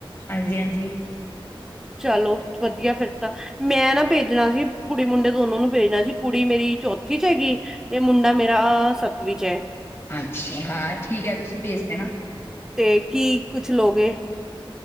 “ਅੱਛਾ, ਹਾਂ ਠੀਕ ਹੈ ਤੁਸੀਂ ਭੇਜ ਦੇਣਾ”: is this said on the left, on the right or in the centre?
Left